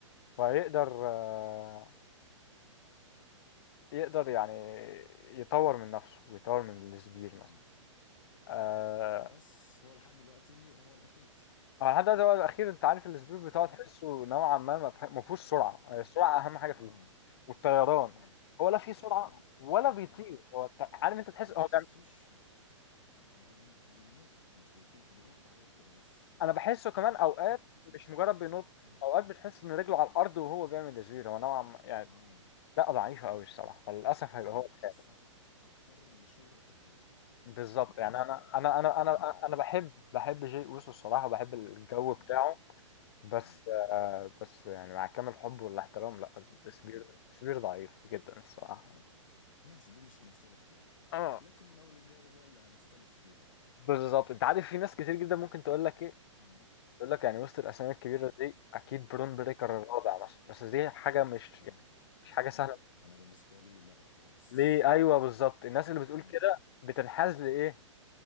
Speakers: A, on the left (about 50°); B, on the left (about 80°).
A: فيقدر آه، يقدر يعني يطور من نفسه ويطور من السبير
B: اه
A: مثلا آه،
B: بس هو لحد دلوقتي هو الاخير
A: هو لحد دلوقتي هو الاخير انت عارف السبير بتاعه
B: اه
A: تحسه نوعا ما ما فيه- ما فيهوش سرعة يعني
B: اه
A: السرعة اهم حاجة في
B: اه
A: ال- والطيران
B: اه
A: هو لا فيه
B: والطيران
A: سرعة ولا بيطير
B: اه
A: هو ت- عارف انت تحس
B: ما
A: هو
B: تحسوش آه، بين بينط مش بيطير بينط عليك كده بس
A: انا بحسه كمان اوقات
B: نطة خفيفة
A: مش مجرد بينط
B: مم.
A: اوقات بتحس ان رجله
B: اه
A: على الارض وهو بيعمل تزوير هو نوعا ما يعني
B: اه
A: لا ضعيفه قوي الصراحه فللاسف هيبقى
B: يعني
A: هو
B: تحسها
A: الخامس
B: اكتر لشولدر تاكل
A: بالظبط
B: لو تعرفها
A: يعني انا انا انا انا
B: اه
A: انا بحب بحب جي اوسو الصراحه وبحب الجو
B: اه
A: بتاعه بس
B: اه
A: آه بس يعني مع كامل حب والاحترام لا سبير
B: اه
A: سبير ضعيف جدا الصراحه
B: اه ماشي دي مش هنختلف فيها
A: اه
B: لكن من اول الجاري بقى اللي هنختلف فيها
A: بالظبط انت عارف في ناس كتير جدا ممكن تقول لك ايه
B: اه
A: تقول لك يعني وسط الاسامي الكبيره
B: ايه
A: دي اكيد برون بريكر
B: اه
A: الرابع مثلا بس دي حاجه مش
B: اه
A: يعني مش حاجه سهله
B: لا انا بالنسبه لي لا خالص
A: ليه ايوه بالظبط الناس اللي بتقول
B: اه
A: كده بتنحاز لايه